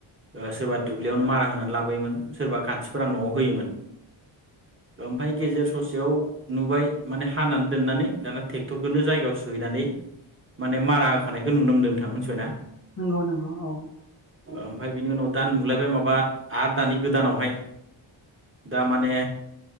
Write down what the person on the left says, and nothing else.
नंगौ नंगौ औ